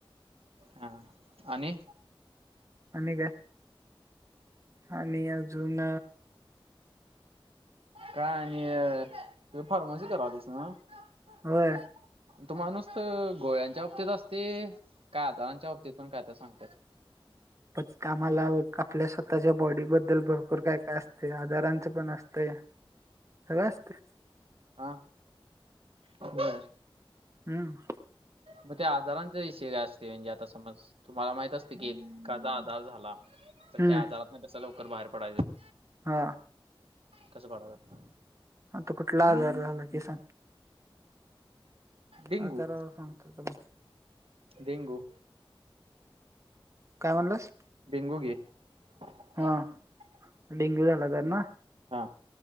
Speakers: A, on the right; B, on the right.
A: हा आणि
B: आणि काय आणि अजून
A: काय आणि तु फार्मसी करालायस नव्ह?
B: होय
A: तो माणूस तर, गोळ्यांच्या बाबतीत असते, काय आजारांच्या बाबतीत पण काय तर सांगतात.
B: पण आम्हाला आपल्या स्वतःच्या बॉडीबद्दल भरपूर काय काय असतंय आजारांच पण असतंय सगळं असतंय.
A: हा बरं.
B: हम्म
A: मग ते आजारांच्या विषय काय असतय म्हणजे आता समज तुम्हाला माहित असतय की एखादा आजार झाला तर
B: हम्म
A: त्या आजारातन कस लवकर बाहेर पडायचं?
B: हा
A: कसं पडायचं
B: आता कुठला आजार झाला ते सांग?
A: डेंगू
B: आजारावर सांगतो तुला
A: डेंगू
B: काय म्हणलास?
A: <unintelligible>
B: हा डेंग्यू झाला तर ना
A: हा